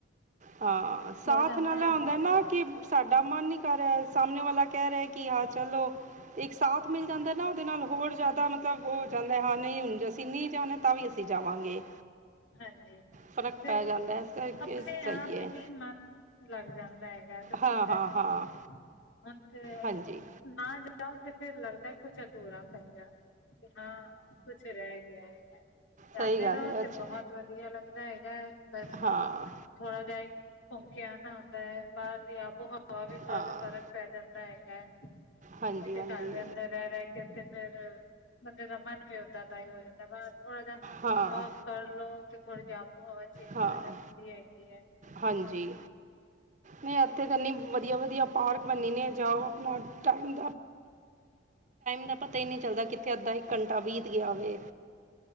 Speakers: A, on the right; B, on the left.
A: ਹਾਂ ਸਾਥ
B: ਹੋ ਜਾਂਦਾ
A: ਨਾਲ ਆਉਂਦਾ
B: ਹੈਗਾ ਹੈ
A: ਨਾ ਕਿ ਸਾਡਾ ਮਨ ਨੀ ਕਰ ਰਿਹਾ ਸਾਹਮਣੇ ਵਾਲਾ ਕਹਿ ਰਿਹਾ ਕਿ ਹਾਂ ਚੱਲੋ ਇੱਕ ਸਾਥ ਮਿਲ ਜਾਂਦਾ ਨਾ ਉਹਦੇ ਨਾਲ ਹੋਰ ਜ਼ਿਆਦਾ ਮਤਲਬ ਉਹ ਹੋ ਜਾਂਦਾ ਹਾਂ ਨਹੀਂ ਹੁਣੇ ਅਸੀਂ ਨਹੀਂ ਚਾਹੁੰਦੇ ਤਾਂ ਵੀ ਅਸੀਂ ਜਾਵਾਂਗੇ।
B: ਹਾਂਜੀ ਫ਼ਿਰ
A: ਫ਼ਰਕ ਪੈ ਜਾਂਦਾ ਇਸ ਕਰਕੇ
B: ਆਪਣੇ
A: ਸਹੀ
B: ਆਪ
A: ਹੈ
B: ਹੀ ਮਨ ਲੱਗ ਜਾਂਦਾ ਹੈ। ਇਹ ਸਭ
A: ਹਾਂ
B: ਚੀਜ਼
A: ਹਾਂ
B: ਸੀ
A: ਹਾਂ
B: ਹੁਣ ਤੇ
A: ਹਾਂਜੀ
B: ਨਾ ਜਾ ਤੇ ਫਿਰ ਲੱਗਦਾ ਕੁਛ ਅਧੂਰਾ ਪਿਆ। ਹਾਂ ਕੁਛ ਰਹਿ ਗਿਆ ਹੈਗਾ ਜਾਂਦੇ
A: ਸਹੀ ਗੱਲ
B: ਰਹੋ
A: ਹੈ
B: ਤੇ
A: ਅੱਛਾ
B: ਬਹੁਤ ਵਧੀਆ ਲੱਗਦਾ ਹੈਗਾ ਬਸ
A: ਹਾਂ
B: ਥੋੜਾ ਜਾ ਘੁੰਮ ਕੇ ਆਣਾ ਆਉਂਦਾ ਹੈ ਬਾਹਰ ਦੀ ਆਬੋ ਉਹ ਵੀ ਥੋੜਾ
A: ਹਾਂ
B: ਜਿਹਾ ਫ਼ਰਕ ਪੈ ਜਾਂਦਾ ਹੈਗਾ।
A: ਹਾਂਜੀ
B: ਇੱਥੇ
A: ਹਾਂਜੀ
B: ਘਰ ਰਹਿ ਰਹਿ ਕੇ ਅੰਦਰ ਬੰਦੇ ਦਾ ਮਨ ਵੀ ਉੱਦਾਂ ਦਾ ਹੀ ਹੋ ਜਾਂਦਾ ਬਸ ਥੋੜਾ ਜਿਹਾ
A: ਹਾਂ
B: ਵੋਕ ਕਰਲੋ ਤੇ ਥੋੜ੍ਹੀ ਜੀ ਆਬੋ ਹਵਾ ਚੇਂਜ
A: ਹਾਂ
B: ਹੋ ਜਾਂਦੀ ਹੈਗੀ ਹੈ।
A: ਹਾਂਜੀ ਨਹੀਂ ਇੱਥੇ ਤਾਂ ਇੰਨੀ ਵਧੀਆ ਵਧੀਆ ਪਾਰਕ ਬੰਨੀ ਨੇ ਜਾਓ। ਟਾਈਮ ਦਾ ਪਤਾ ਹੀ ਨਹੀਂ ਚੱਲਦਾ ਕਿੱਥੇ ਅੱਧਾ ਇੱਕ ਘੰਟਾ ਬੀਤ ਗਿਆ ਵ